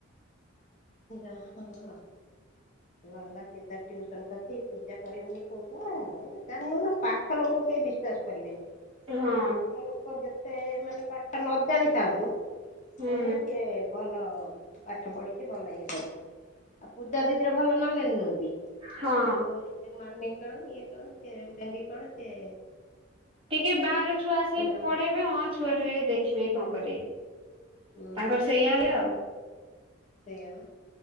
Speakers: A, on the left; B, on the right.
A: <unintelligible> ହଁ ଭଲ ହେଲା। ସିଏ ତାର ଟ୍ୟୁସନ୍ କରୁଚି। ପୂଜା କରିବ ବୋଲି କହୁଥିଲା। ଏ ଜାଣିନୁ ନା ପାଖ ଲୋକକୁ କେହି ବିଶ୍ଵାସ କରିବେନି?
B: ହଁ
A: ଦୂର ଲୋକ ଯେତେ ମାନେ ପାଠ ନ ଜାଣିଥାନ୍ତୁ?
B: ହୁଁ
A: କଣ ନା ସିଏ ଭଲ ପାଠ ପଢି ସିଏ ଭଲ ଇଏ କରଛି। ଆଉ ପୂଜା ଦିଦିର ଭଲ ନଲେଜ୍ ନୁହେଁ କି?
B: ହଁ
A: କିନ୍ତୁ ସେ ମାନି କଣ ଇଏ କର ସିଏ ବେଙ୍ଗି କଣ ସିଏ
B: ଟିକେ ବାହାର ଛୁଆ ଆସିକି
A: ଆମ
B: ପଢେଇବେ ହଁ ଛୁଆଟିକେ ଦେଖିବେ କି କଣ କରିବେ?
A: ହୁଁ
B: ତାଙ୍କର ସେୟା ଇଏ ଆଉ।
A: ସେଇଆ ବା।